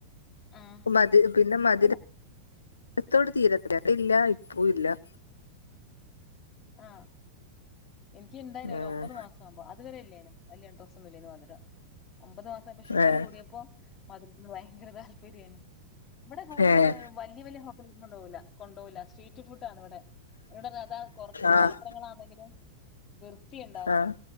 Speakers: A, on the left; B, on the left.
A: ആഹ്
B: മതി പിന്നെ മതിരം
A: ഇവിടെ
B: ഇത്തോട് തീരത്തില്ല <unintelligible> ഇല്ല ഉപ്പുല്ല
A: ആഹ് എനിക്ക് ഇണ്ടായിന്
B: ഉം
A: ഒര് ഒമ്പത് മാസം ആമ്പോ അതു വെരെ ഇല്യാന് വല്യ ഇൻട്രസ്റ്റ് ഒന്നു ഇല്ലേനെ മതിരവാ ഒമ്പത് മാസായപ്പം ഷുഗറ്
B: ഏഹ്
A: കൂടിയപ്പോ മധുരത്തിന് ഭയങ്കര താല്പര്യാണ് ഇവടെ കൂടുതല്
B: ഏഹ്
A: വല്യയ വല്യയ ഹോട്ടലിലോന്നും കൊണ്ടോവില്ല കൊണ്ടോവില്ല സ്ട്രീറ്റ് ഫുഡ് ആണ് ഇവടെ ഇവടെ <unintelligible> കൊറച്ച്
B: ആഹ്
A: പാത്രങ്ങളാണെങ്കിലും വൃത്തി ഇണ്ടാവും
B: ആഹ്